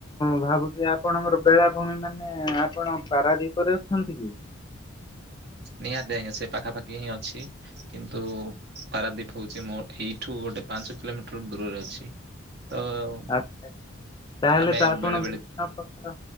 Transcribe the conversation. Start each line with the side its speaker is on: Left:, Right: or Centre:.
Left: ଭାବୁ ଥିଲି ଆପଣଙ୍କର ବେଳାଭୂମି ମାନେ ଆପଣ ପାରାଦୀପରେ ଅଛନ୍ତି କି?
Right: ନିହାତି ଆଜ୍ଞା ସେ ପାଖାପାଖି ହିଁ ଅଛି। କିନ୍ତୁ ପାରାଦୀପ ହଉଛି ମୋ ଏଇଠୁ ଗୋଟେ ପାଞ୍ଚ କିଲୋମିଟର ଦୂରରେ ଅଛି। ତ
Left: ଆଚ୍ଛା ତାହେଲେ
Right: ଆମେ
Left: ତ ଆପଣ
Right: ବେଳେ
Left: <unintelligible>
Right: ବେଳେ